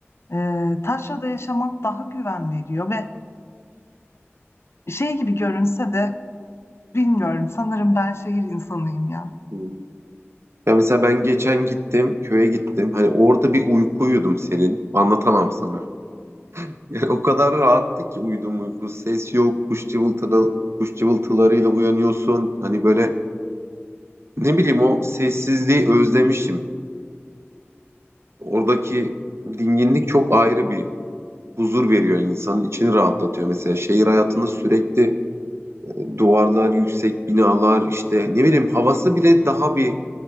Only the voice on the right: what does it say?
Hmm. Ya mesela ben geçen gittim, köye gittim. Hani orada bir uyku uyudum senin. Anlatamam sana. <laughs> Yani o kadar rahattı ki uyuduğum uyku. Ses yok, kuş cıvıltıları, kuş cıvıltılarıyla uyanıyorsun. Hani böyle ne bileyim o sessizliği özlemişim. Oradaki dinginlik çok ayrı bir huzur veriyor insanın içini rahatlatıyor. Mesela şehir hayatında sürekli e, duvarlar, yüksek binalar işte ne bileyim havası bile daha bir